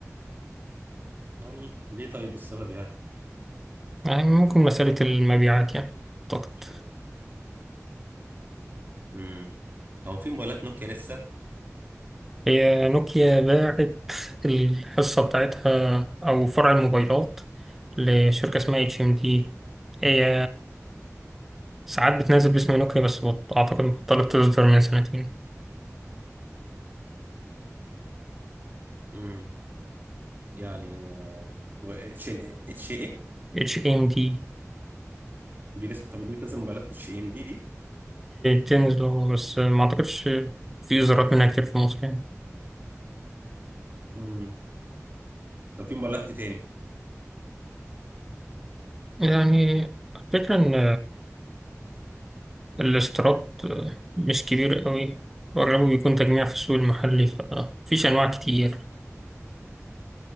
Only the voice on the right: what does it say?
يعني ليه طيب السبب يعني
يعني امم طب هو في موبايلات نوكيا لسه
امم يعني آه، و اتش اتش ايه
دي لسه طب دي بتنزل موبايلات اتش ام دي دي
امم طب في موبايلات ايه تاني